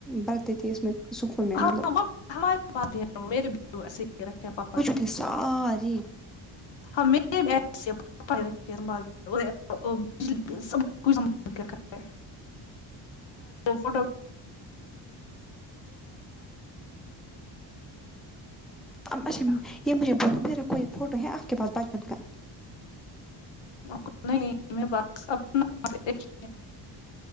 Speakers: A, in the centre; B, on the left.
A: پڑھتی تھی اس میں سکول میں
B: ہاں
A: مطلب
B: وہ ہمارے پاس بھی ہوں میرے بھی ایسے ہی رکھے پاپا نے
A: کہ ساری
B: <unintelligible> <unintelligible> <unintelligible> فوٹو
A: اچھا
B: <unintelligible>
A: یہ مجھے بولا میرا کوئی فوٹو ہے آپ کے پاس بچپن کا
B: <unintelligible>